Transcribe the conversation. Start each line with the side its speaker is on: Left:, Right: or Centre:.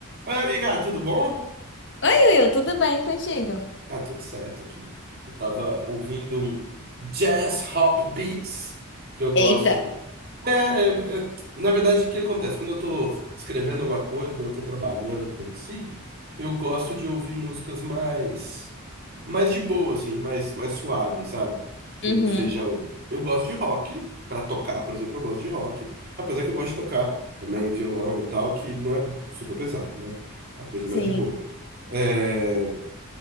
Right: Oi, amiga, tudo bom?
Left: Oi, Will, tudo bem contigo?
Right: Tá tudo certo aqui. Eu tava ouvindo um jazz hop beats que eu gosto.
Left: Eita.
Right: É, é, é, na verdade, o que acontece? Quando eu tô escrevendo alguma coisa, quando eu tô trabalhando, coisa assim, eu gosto de ouvir músicas mais, mais de boa, assim, mais, mais suaves, sabe? Que
Left: Uhum,
Right: não sejam. Eu gosto de rock, pra tocar, por exemplo, eu gosto de rock, apesar que eu gosto de tocar também violão e tal, que não é super pesado, né? É Uma coisa
Left: sim.
Right: mais de boa. É,